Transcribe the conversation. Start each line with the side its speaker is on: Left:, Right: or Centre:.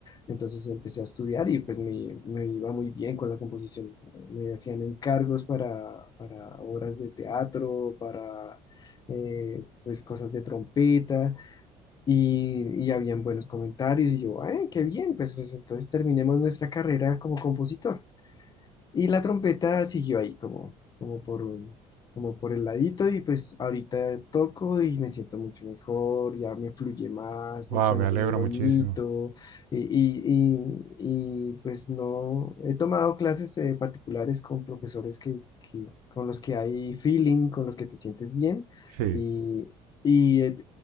Left: Entonces empecé a estudiar y pues me, me iba muy bien con la composición. Me hacían encargos para, para obras de teatro, para eh, pues cosas de trompeta y, y habían buenos comentarios y yo, "Ah, qué bien, pues, pues entonces terminemos nuestra carrera como compositor. Y la trompeta siguió ahí como, como por un, como por el ladito y pues ahorita toco y me siento mucho mejor, ya me fluye más,
Right: Wow,
Left: me suena
Right: me alegro
Left: bien bonito
Right: muchísimo.
Left: y, y, y- y, pues no, he tomado clases eh, particulares con profesores que, que- con los que hay feeling, con los que te sientes bien
Right: Sí,
Left: y, y he,